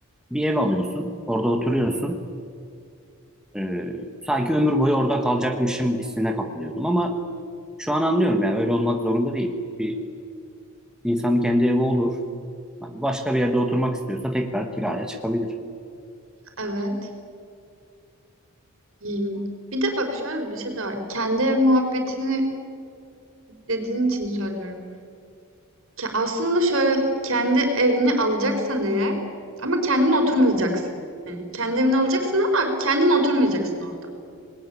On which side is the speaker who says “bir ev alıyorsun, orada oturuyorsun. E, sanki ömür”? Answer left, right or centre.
Centre